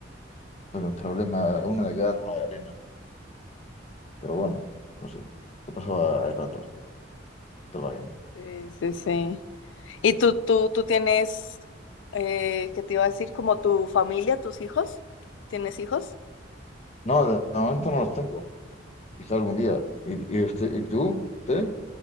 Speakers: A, on the left (about 35°); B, on the left (about 75°).
A: pero el problema, una de cal, una de arena. Pero bueno, no sé, se pasaba el rato, sí, todo va bien.
B: Sí, sí, sí. ¿Y tú, tú, tú tienes, eh, qué te iba a decir, como tu familia, tus hijos? ¿Tienes hijos?
A: No, de momento no los tengo. Quizá algún día. ¿Y, y usted, y tú? ¿Usted?